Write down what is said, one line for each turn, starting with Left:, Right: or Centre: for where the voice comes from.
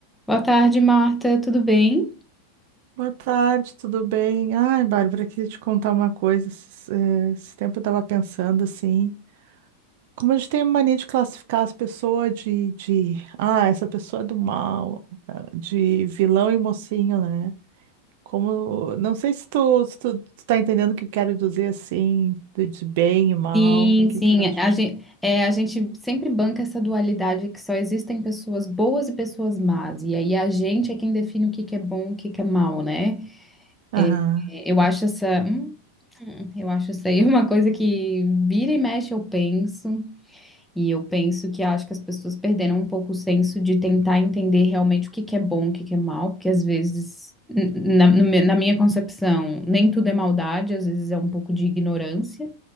Centre: Boa tarde, Marta. Tudo bem?
Right: Boa tarde, tudo bem? Ai, Bárbara, queria te contar uma coisa. Esses, eh, esse tempo eu estava pensando assim, como a gente tem a mania de classificar as pessoas de, de, ah, essa pessoa é do mal, ah, de vilão e mocinho, né? Como, não sei se tu, se tu, tu tá entendendo o que eu quero dizer assim, de, de bem e mal,
Centre: Sim,
Right: o que
Centre: sim.
Right: que tu acha?
Centre: A gente, a gente sempre banca essa dualidade que só existem pessoas boas e pessoas más. E aí a gente é quem define o que que é bom e o que que é mal, né?
Right: Aham,
Centre: É, é, eu acho essa, hum, hum, eu acho isso aí uma coisa que vira e mexe eu penso. E eu penso que acho que as pessoas perderam um pouco o senso de tentar entender realmente o que que é bom, o que que é mal, porque às vezes, n- na, no me- na minha concepção, nem tudo é maldade, às vezes é um pouco de ignorância.